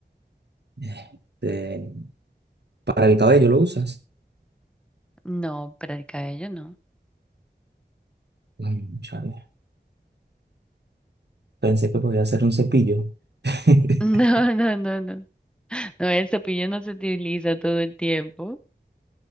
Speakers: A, on the right; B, in the centre.
A: Este, para el cabello lo usas.
B: No, para el cabello no.
A: Mm, chale. Pensé que podía ser un cepillo. <laughs>
B: <laughs> No, no, no, no. No, el cepillo no se utiliza todo el tiempo.